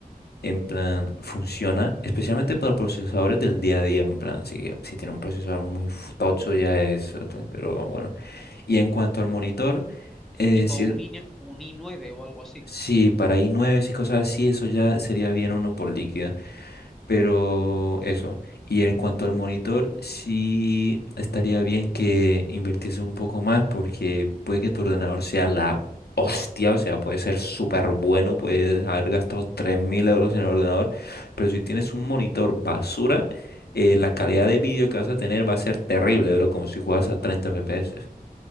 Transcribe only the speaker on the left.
En plan, funciona especialmente para procesadores del día a día, en plan, si, si tiene un procesador muy fu- tocho ya es otra, pero bueno. Y en cuanto al monitor, eh,
si,
si para i9 y cosas así, eso ya sería bien uno por líquida. Pero eso. Y en cuanto al monitor, sí estaría bien que invirtiese un poco más porque puede que tu ordenador sea la hostia, o sea, puede ser súper bueno, puedes haber gastado 3.000 euros en el ordenador, pero si tienes un monitor basura, eh, la calidad de vídeo que vas a tener va a ser terrible, bro, como si juegas a 30 FPS.